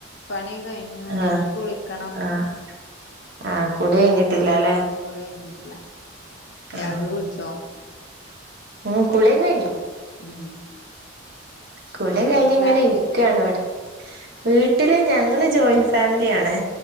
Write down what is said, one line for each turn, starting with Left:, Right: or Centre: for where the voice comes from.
Left: പണി കഴിഞ്ഞു
Right: ആഹ്
Left: ഇനി കുളിക്കണം
Right: ആഹ് ആഹ് കുളി കഴിഞ്ഞിട്ടില്ല അല്ലെ
Left: കുളി കഴിഞ്ഞിട്ടില്ല രാവിലെ
Right: ആഹ്
Left: കുളിച്ചോ
Right: ഉം കുളി കഴിഞ്ഞു
Left: ഉം
Right: കുളി കയിഞ്ഞ്
Left: വീട്ടിലാരൊക്കെല്ലേ
Right: ഇങ്ങനെ ഇരിക്കാണ് ഇവടെ വീട്ടില് ഞങ്ങള് ജോയിൻ ഫാമിലിയാണ്